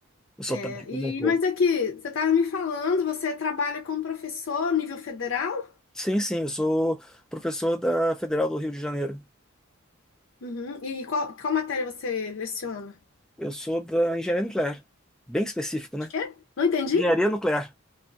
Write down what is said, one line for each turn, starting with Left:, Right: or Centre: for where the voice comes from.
Centre: O sotaque
Left: É,
Centre: muda
Left: e,
Centre: um pouco.
Left: mas aqui, você estava me falando, você trabalha como professor nível federal?
Centre: Sim, sim, eu sou professor da Federal do Rio de Janeiro.
Left: Uhum. E qual, qual matéria você leciona?
Centre: Eu sou da engenharia nuclear. Bem específico, né?
Left: De quê? Não entendi.
Centre: Engenharia nuclear.